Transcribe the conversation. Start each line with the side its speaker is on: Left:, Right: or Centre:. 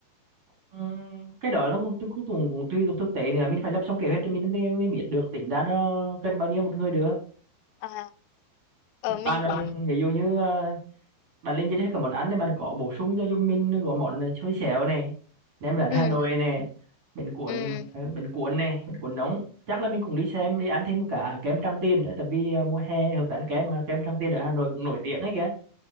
Right: Ừm, cái đó nó cũng cũng cũng, cũng, cũng tùy thuộc thực tế nữa mình phải lập xong kế hoạch thì mình mới, mới biết được tính ra nó cần bao nhiêu một người được
Left: à, ờ mình
Right: bạn
Left: cũng-
Right: ví dụ như ờ, bạn lên danh sách các món ăn thì bạn có bổ sung cho giùm mình có món xôi xéo này nem rán
Left: ừ
Right: Hà Nội này bánh cuốn
Left: ừ
Right: ờ, bánh cuốn này bánh cuốn nóng chắc là mình cũng đi xem đi ăn thêm cả kem Tràng Tiền nữa tại vì ờ, mùa hè hợp với ăn kem mà kem Tràng Tiền ở Hà Nội cũng nổi tiếng ấy kìa